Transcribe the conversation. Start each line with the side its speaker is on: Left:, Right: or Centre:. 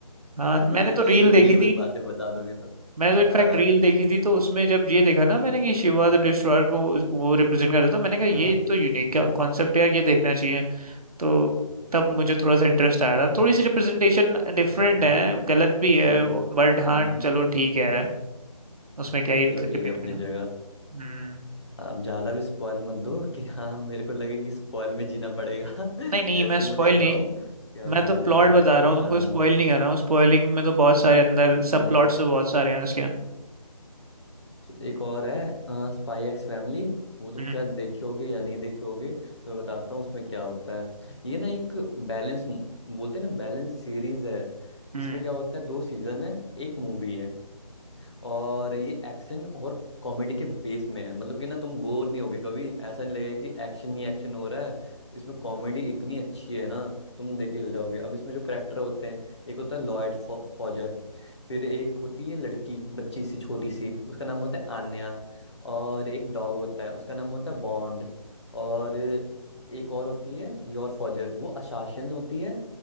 Right: हाँ
Left: <laughs>
Right: मैंने तो रील
Left: इतनी
Right: देखी
Left: ब-
Right: थी
Left: बातें बता दोगे तो
Right: मैंने तो इनफैक्ट
Left: हाँ
Right: रील देखी थी तो उसमें जब ये देखा ना मैंने कि शिवा
Left: हाँ
Right: द डिस्ट्रॉयर को उस- वो रिप्रेजेंट कर रहा था मैंने कहा
Left: हाँ
Right: ये तो यूनिक कॉन्सेप्ट है यार ये देखना चाहिए तो तब मुझे थोड़ा सा इंटरेस्ट आया था थोड़ी सी रिप्रेजेंटेशन डिफरेंट
Left: हाँ,
Right: है गलत भी है
Left: हम्म,
Right: बट हाँ
Left: हम्म,
Right: चलो ठीक है
Left: हम्म,
Right: उसमें क्या ही
Left: चलो
Right: डिबेट
Left: ठीक है अपनी
Right: में
Left: जगह
Right: हम्म
Left: आप ज्यादा भी स्पॉइल मत दो कि हाँ मेरे को लगे कि स्पॉइल में जीना पड़ेगा <laughs>
Right: नहीं नहीं
Left: जैसे
Right: मैं स्पॉइल
Left: ही वो देख रहा
Right: नहीं
Left: हूँ क्या मुझे
Right: मैं तो
Left: पता
Right: प्लॉट
Left: है
Right: बता रहा हूँ तुमको
Left: हाँ
Right: स्पॉइल नहीं कर रहा हूँ स्पॉइलिंग में तो बहुत सारे अंदर
Left: हम्म।
Right: सब प्लॉट्स तो बहुत सारे हैं उसके
Left: तो एक और है स्पाई एक्स फैमिली वो तुम
Right: हम्म
Left: शायद देखे होगे या नहीं देखे होगे तो मैं बताता हूँ उसमें क्या होता है ये ना एक बैलेंस बोलते हैं ना बैलेंस सीरीज है
Right: हम्म
Left: इसमें क्या होता है दो सीजन है एक मूवी है और ये एक्शन और कॉमेडी के बेस में है मतलब कि ना तुम बोर नहीं होगे कभी ऐसा नहीं लगेगा कि एक्शन ही एक्शन हो रहा है इसमें कॉमेडी इतनी अच्छी है ना तुम देख के हिल जाओगे अब इसमें जो करेक्टर होते हैं एक होता है लॉयड फॉ- फॉजर फिर एक होती है लड़की बच्ची सी छोटी सी उसका नाम होता है आन्या और एक डॉग होता है उसका नाम होता है बॉन्ड और एक और होती है योर फॉजर वो अशासन होती है